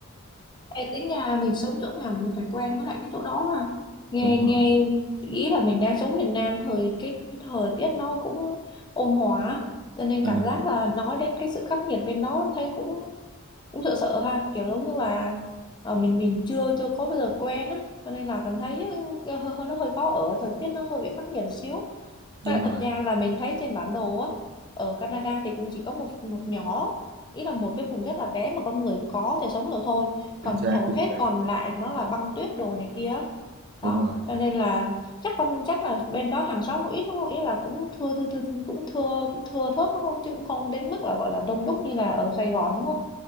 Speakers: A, on the left; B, on the right.
A: Ê, tính nhà mình sống chỗ nào là mình phải quen với lại cái chỗ đó ha. Nghe
B: đúng
A: nghe
B: rồi
A: ý là mình đang sống Việt Nam thời cái cái thời tiết nó cũng ôn hòa cho nên
B: à,
A: cảm giác là nói đến cái sự khắc nghiệt bên đó thấy cũng cũng sợ sợ ha kiểu giống như là ờ, mình mình chưa chưa có bao giờ quen á cho nên là cảm thấy ừ, hơi, hơi nó hơi khó ở thời tiết nó hơi bị khắc nghiệt xíu
B: đúng
A: và thật
B: rồi
A: ra là mình thấy trên bản đồ á, ở Canada thì cũng chỉ có một một nhỏ, ý là một cái vùng rất là bé mà con người có thể sống được thôi. Còn
B: chính xác
A: hầu hết
B: chính xác
A: còn lại nó là băng tuyết đồ này kia. á. Đó,
B: đúng rồi
A: cho nên là chắc con chắc là bên đó hàng xóm cũng ít đúng không? Ý là cũng thưa thưa thưa cũng thưa cũng thưa thớt đúng không? Chứ cũng không đến mức là gọi là đông đúc như là ở Sài Gòn đúng không?